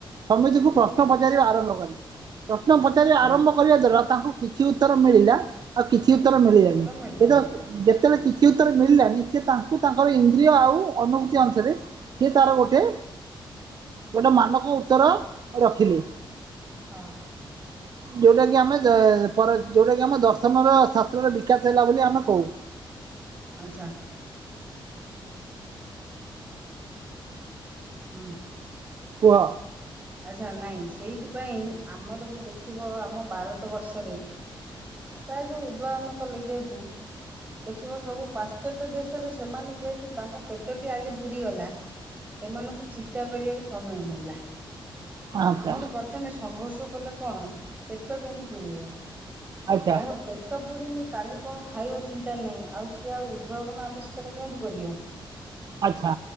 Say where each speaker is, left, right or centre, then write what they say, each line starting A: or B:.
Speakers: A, on the right (about 50°); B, on the right (about 20°).
A: ସମିତିକୁ
B: ହୁଁ
A: ପ୍ରଶ୍ନ ପଚାରିବା ଆର <inaudible> ପ୍ରଶ୍ନ ପଚାରିବା
B: ହୁଁ
A: ଆରମ୍ଭ କରିବା ଜର ତାଙ୍କୁ କିଛି ଉତ୍ତର ମିଳିଲା କିଛି ଉତ୍ତର ମିଳିଲାଣି
B: ଏଥର ମିଳିଲାନି
A: ଏ ତ କିଛି ଉତ୍ତର ମିଳିଲାନି ସେ ତାଙ୍କୁ ତାଙ୍କର ଇନ୍ଦ୍ରିୟ ଆଉ ଅନୁଭୂତି ଅନୁସାରେ ସେ ତାର ଗୋଟେ ଗୋଟେ ମାନକ ଉତ୍ତର ରଖିଲେ।
B: ହଁ।
A: ଯୋଉଟା କିି ଆମେ ଯୋଉଟା କି ଆମ ଦର୍ଶନର ଶାସ୍ତ୍ରର ବିକାଶ ହେଲା ବୋଲି ଆମେ କହୁ।
B: ଆଚ୍ଛା। ହଁ।
A: କୁହ?
B: ଆଚ୍ଛା ନହିଁ ସେଇଥିପାଇଁ ଆମର ବି ଦେଖିବ ଆମ ଭାରତ ବର୍ଷରେ ପ୍ରାୟ ସବୁ ଉଦ୍ଭାବନ କଲେ ଯେହେତୁ ଦେଖିବ ସବୁ ପାଶ୍ଚାତ୍ୟ ଦେଶରେ ସେମାନେ ଯେହେତୁ ତାଙ୍କ ପେଟଟି ଆଗେ ପୁରିଗଲା ସେମାନଙ୍କୁ ଚିନ୍ତା କରିବାକୁ ସମୟ ମିଳିଲା।
A: ଆଚ୍ଛା
B: ଆମର ପ୍ରଥମେ ସଂଘର୍ଷ କଲେ କଣ ପେଟ କେମିତି ପୁରେଇବା।
A: ଆଚ୍ଛା
B: ଯାହାର ପେଟ ପୁରିନି କାଲି କଣ ଖାଇବେ ଚିନ୍ତା ନାହିଁ ଆଉ ସିଏ ଆଉ ଉଦ୍ଭାବନ ଆବିଷ୍କାର କେଉଁଠି କରିବ?
A: ଆଚ୍ଛା